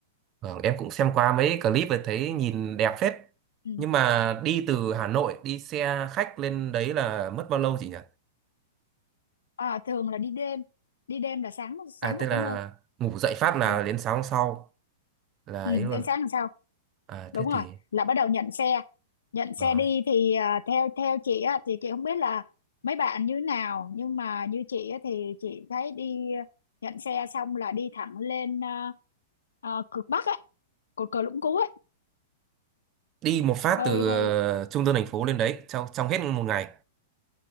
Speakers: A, on the right; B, on the left.
A: vâng, em cũng xem qua mấy clip và thấy nhìn đẹp phết.
B: ừ.
A: Nhưng mà đi từ Hà Nội đi xe khách lên đấy là mất bao lâu chị nhỉ?
B: à, thường là đi đêm đi đêm là sáng sáng
A: À tức
B: là
A: là
B: tới nơi
A: ngủ dậy phát là
B: Ờ.
A: đến sáng hôm sau là
B: ừ.
A: ấy luôn.
B: đến sáng làm sao
A: À
B: đúng
A: thế
B: rồi
A: thì
B: là bắt đầu nhận xe nhận xe
A: vâng.
B: đi thì à, theo theo chị á thì chị không biết là mấy bạn như nào nhưng mà như chị á, thì chị thấy đi à, nhận xe xong là đi thẳng lên à, à, cực Bắc á cột cờ Lũng Cú ấy
A: Đi một phát
B: hơi
A: từ
B: hơi
A: ờ, trung tâm thành phố lên đấy trong trong hết một ngày,